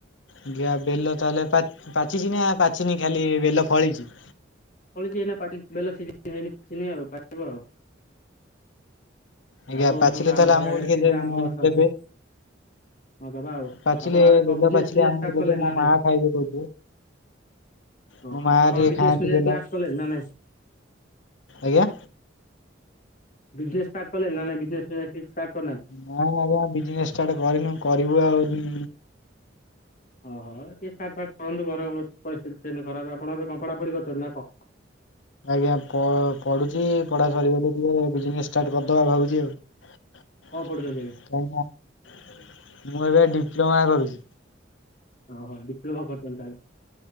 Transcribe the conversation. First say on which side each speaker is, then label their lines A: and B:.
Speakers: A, on the left (about 80°); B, on the left (about 40°).
A: ଆଜ୍ଞା। ବେଲ ତାହେଲେ ପା ପିଚିଚି ନା ପାଚିନି ଖାଲି ବେଲ ଫଳିଛି।
B: ଫଳିଛି ଏଇନା ପାଚିନି ବେଲ ସିଜିନ ହେଇନି, ପାଚିନି ଆଉ ପାଚିବ ଆଉ।
A: ଆଜ୍ଞା
B: ଆମ୍ବ ଗଛ
A: ପାଚିଲେ
B: ଗୋଟେ ଆମ
A: ତାହେଲେ
B: ଘର
A: ଆମକୁ
B: ଆଗେରେ
A: ଟିକେ
B: ତିନଟା ଆମ୍ବ ଗଛ
A: ଦେବେ।
B: ଅଛି। ହଁ ଦବା ଆଉ,
A: ପାଚିଲେ
B: ଆପଣ ଆଉ ଏ
A: ବେଲ
B: କଁ ବିଜନେସ୍
A: ପାଚିଲେ
B: ଫିଜନେସ୍
A: ଆମକୁ
B: ଷ୍ଟାର୍ଟ
A: ଦେବେ
B: କଲେଣି
A: ମୋ
B: ନା
A: ମା
B: ନାଇଁ?
A: ଖାଇବେ କହୁଥିଲେ
B: ଓ
A: ମୋ
B: ହଁ
A: ମା
B: ଆପଣ
A: ଟିକେ
B: ବିଜନେସ୍
A: ଖାଆନ୍ତି
B: ଫିଜନେସ୍
A: ବେଲ
B: <unintelligible> କଲେଣି ନା ନାଇଁ?
A: ଆଜ୍ଞା।
B: ବିଜନେସ୍ ଷ୍ଟାର୍ଟ କଲେଣି ନା ନାଇଁ ବିଜନେସ୍ ଫିଜନେସ୍ କିଛି ଷ୍ଟାର୍ଟ କରନାଆନ୍ତି।
A: ନାଇଁ ଆଜ୍ଞା, ବିଜନେସ୍ ଷ୍ଟାର୍ଟ କରିନୁ କରିବୁ ଆଉ ଦୁଁ
B: ଅହଃ! ଟିକେ ଷ୍ଟାଟ ଫାର୍ଟ କରନ୍ତୁ। ଘର ପ ପରିସ୍ଥିତି ସେନତି ଖରାପ୍ ଆପଣ ଏବେ କଁ ପଢାପଢି କରୁଚନ୍ତି ନା କଁ?
A: ଆଜ୍ଞା। କଁ ପଢୁଛି ପଢା ସରିଗଲେ ଟିକେ ବିଜନେସ୍ ଷ୍ଟାର୍ଟ କରଦବା ଭାବୁଛି ଆଉ।
B: କଣ ପଢ଼ୁଛନ୍ତି ଏବେ?
A: <unintelligible> ମୁଁ ଏବେ ଡିପ୍ଲୋମା କରୁଚି।
B: ଅହ, ଡିପ୍ଲୋମା କରୁଚନ୍ତି ତାହେଲେ।